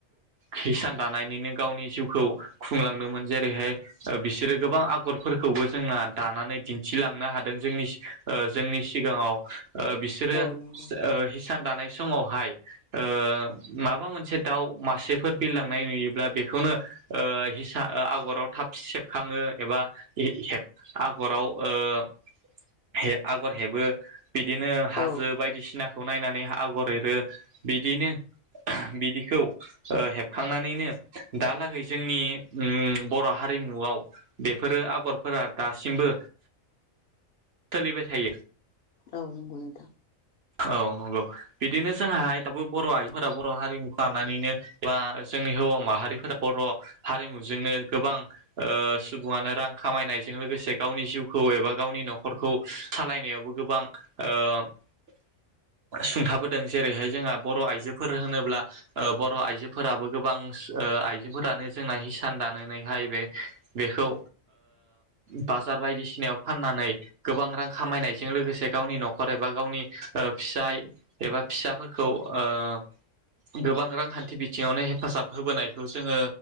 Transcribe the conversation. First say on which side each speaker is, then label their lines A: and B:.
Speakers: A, on the right; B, on the left.
A: किसान दानायनिनो गावनि जिउखौ खुंलांदोंमोन जेरैहाय ओ बिसोरो गोबां आगरफोरखौबो जोंना दानानै दिन्थिलांनो हादों जोंनि सि ओ जोंनि सिगाङाव ओ बिसोरो
B: औ नंगौ
A: ओ हिसान दानाय समावहाय ओ माबा मोनसे दाउ मासेफोर बिरलांनाय नुयोब्ला बेखौनो ओ हिसा ओ आगराव थाब सेबखाङो एबा ए हेब आगराव ओ हे आगर हेबो बिदिनो हाजो
B: औ
A: बायदिसिना खौ नायनानै आगर एरो बिदिनो बिदिखौ ओ हेबखांनानैनो दालागै जोंनि बर' हारिमुआव बेफोरो आगरफोरा दासिमबो सोलिबाय थायो
B: औ नोंगौ नोंथां
A: औ नोंगौ बिदिनो जोंहाय दाबो बर' आइफोरा बर' हारिमुखौ लानानैनो बा जोंनि हौवा माहारिफोरा बर' हारिमुजोंनो गोबां ओ सुबुङानो रां खामायनायजों लोगोसे गावनि जिउखौ एबा गावनि न'खर खौ सालायनायावबो गोबां ओ सुंथाबोदों जेरैहाय जोंहा बर' आइजोफोर होनोब्ला ओ बर' आइजोफोराबो गोबां आइजोफोरानो जोंना हिसान दानानैहाय बे बेखौ बाजार बायदिसिनायाव फाननानै गोबां रां खामायनायजों लोगोसे गावनि न'खर एबा गावनि ओ फिसाय एबा फिसाफोरखौ ओ गोबां रांखान्थि बिथिङावनो हेफाजाब होबोनायखौ जोङो